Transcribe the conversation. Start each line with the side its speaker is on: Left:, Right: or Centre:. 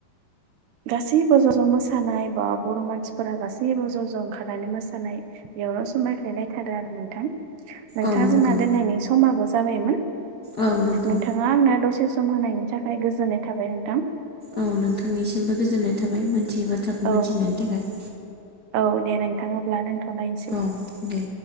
Right: गासैबो ज' ज' मोसानाय बा बर' मानसिफोरा गासैबो ज' ज' ओंखारनानै मोसानाय बेयाव समायफ्लेलायथारो आरो नोंथां नोंथाङा
Left: औ नंगौ
Right: जोंना दोननायनि समाबो जाबायमोन
Left: औ नंगौ
Right: नोंथाङा आंनो दसे सम होनायनि थाखाय गोजोननाय थाबाय नोंथां।
Left: औ नोंथांनिसिमबो गोजोननाय थाबाय मोनथियै बाथ्राखौ
Right: औ
Left: मोनथिनायनि थाखाय।
Right: औ दे नोंथा अब्ला दोनथ'लायसै।
Left: औ दे